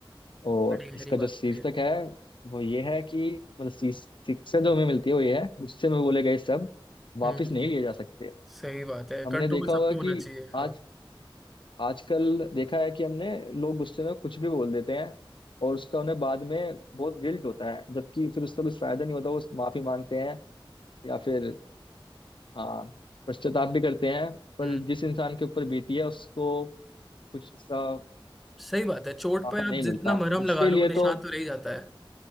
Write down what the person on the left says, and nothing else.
और
इसका
जो
शीर्षक
है वो ये है कि मतलब शीर्ष- शिक्षा जो हमें मिलती है वो ये है गुस्से में बोले गए शब्द वापस
नहीं लिए जा सकते
हमने
देखा होगा
कि
आज
आजकल देखा है कि हमने लोग गुस्से में कुछ भी बोल देते हैं और उसका उन्हें बाद में बहुत गिल्ट होता है जबकि फिर उसका कुछ फायदा नहीं होता वो माफी मांगते हैं या फिर आ, पश्चाताप भी करते हैं पर
जिस इंसान के ऊपर बीती है उसको कुछ उसका
मुनाफा
नहीं
मिलता
उसके
लिए
तो